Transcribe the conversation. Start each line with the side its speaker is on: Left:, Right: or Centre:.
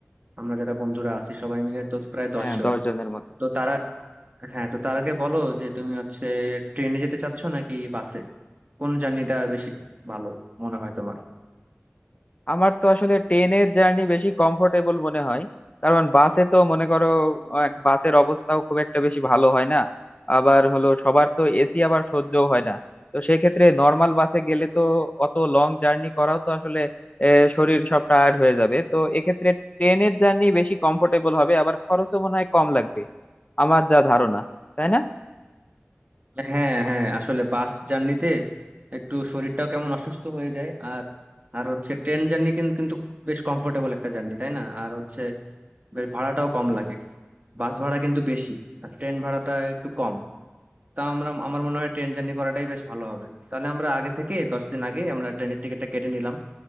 Right: আমরা যারা বন্ধুরা আছি সবাই মিলে তো প্রায়
Left: হ্যাঁ
Right: দশ জন
Left: দশ জনের মতো
Right: তো তারা হ্যাঁ তো তার আগে বলো যে তুমি হচ্ছে ট্রেনে যেতে চাচ্ছ নাকি বাসে কোন জার্নিটা বেশি ভালো মনে হয় তোমার
Left: আমার তো আসলে ট্রেনের জার্নি বেশি কমফোর্টেবল মনে হয় কারণ বাসে তো মনে করো আহ, বাসের অবস্থাও খুব একটা বেশি ভালো হয় না আবার হলো সবার তো এসি আবার সহ্যও হয় না তো সেক্ষেত্রে নর্মাল বাসে গেলে তো অত লং জার্নি করাও তো আসলে আহ, শরীর সব টায়ার্ড হয়ে যাবে তো এক্ষেত্রে ট্রেনের জার্নি বেশি কমফোর্টেবল হবে আবার খরচও মনে হয় কম লাগবে আমার যা ধারণা তাই না
Right: হ্যাঁ হ্যাঁ আসলে বাস জার্নিতে একটু শরীরটাও কেমন অসুস্থ হয়ে যায় আর আর হচ্ছে ট্রেন জার্নি কিন্তু কিন্তু বেশ কমফোর্টেবল একটা জার্নি তাই না আর হচ্ছে বেশ ভাড়াটাও কম লাগে বাস ভাড়া কিন্তু বেশি আর ট্রেন ভাড়াটা একটু কম তা আমরা আমার মনে হয় ট্রেন জার্নি করাটাই বেশ ভালো হবে তাহলে আমরা আগে থেকে দশ দিন আগে আমরা ট্রেনের টিকিটটা কেটে নিলাম